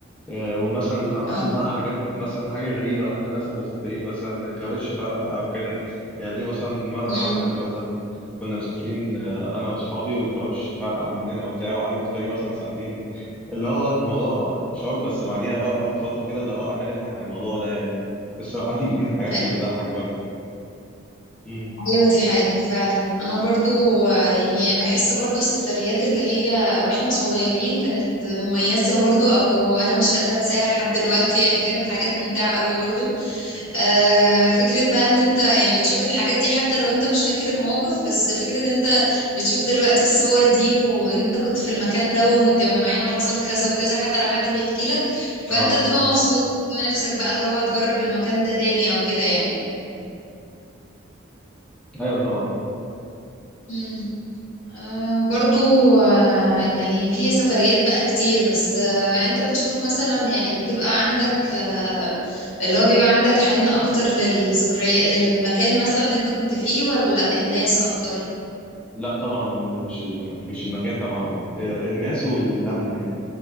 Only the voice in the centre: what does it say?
آه، ومثلا لو حصل
بقى حاجات مثلا حاجة غريبة وإحنا مثلا مسافرين مثلا كاوتش فرقع أو كده يعني دي مثلا مرة
حصلت مثلا كنا مسافرين آه، أنا وأصحابي والكاوتش فرقع مننا وبتاع وقعدنا في الطريق مثلا ساعتين اللي هو كان موضوع شوك بس بعديها بقى بعد فترة كده اللي هو قعدنا نضحك على الموضوع ده يعني الصراحة <laughs> دي من الحاجات
اللي بتضحك برضه مم.
اه
ايوه طبعا
لا طبعا مش الم... مش المكان طبعا الناس واللمه يعني